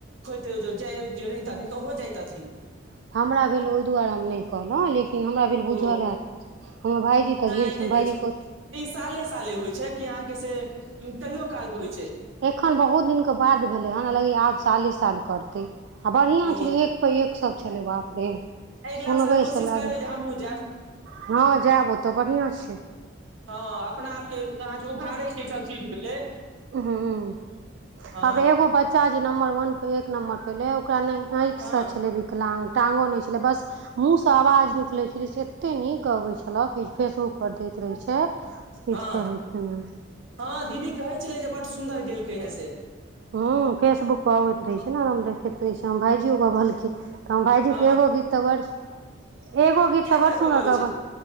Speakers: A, on the right; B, on the right.
A: तऽ जाय रहथिन तऽ ओहो जाइतथिन
B: तऽ हमरा भेल ओहि दुआरे हम नहि कहलहुँ लेकिन हमरा भेल बुझल
A: ओ
B: हैत हमर भायजी तऽ
A: नहि
B: गेल छै
A: नहि बूझल
B: भायजीके
A: छल ई साले साले होइ छै कि अहाँके से कहियो काल के होइ छै
B: एखन बहुत दिनके बाद भेलै हेन लगैये आब साले साल करतै आ बढ़ियां
A: ओ
B: छलै एक पर एक सब छलै बाप रे
A: अगिला
B: सुनबैसँ
A: साल कोशिश
B: लागत
A: करबै जे हमहुँ जायब
B: हँ जायब ओतऽ बढ़ियाँ छै
A: हँ अपना आपके अहाँके उभारै के ई सभ चीज भेलै
B: हूम्म
A: हँ
B: बाप रे एगो बच्चा जे नम्बर वन पर एक नम्बर पर एलै ओकरा नहि आँखिसँ
A: हँ
B: छलै विकलांग टाँगो नहि छलै बस मूँहसँ आवाज निकलैत छेलै से एतेक नीक गबैत छलहु कि फेसबुकपर दैत रहैत छै किछु
A: हँ
B: कहै के नै
A: हँ दीदी कहै छेलै जे बड्ड सुन्दर गेलकै हे से
B: हूँ फेसबुक पर अबैत रहे छै ने हम देखैत रहे छी हमर भायइजियो कहलकिन तऽ हम भायजीे
A: हँ
B: एगो गीत तऽ बड्ड सुन एगो गीत
A: कएटा
B: तऽ बड़ सुंदर
A: गबै अबै
B: गब
A: छै से